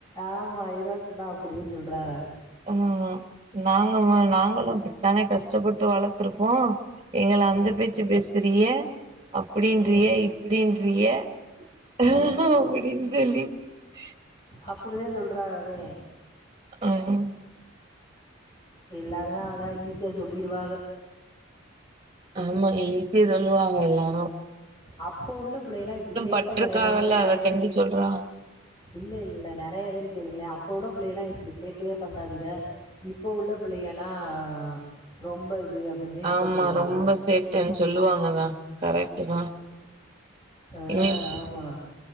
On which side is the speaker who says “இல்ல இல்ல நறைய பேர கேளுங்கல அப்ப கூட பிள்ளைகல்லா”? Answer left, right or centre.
Left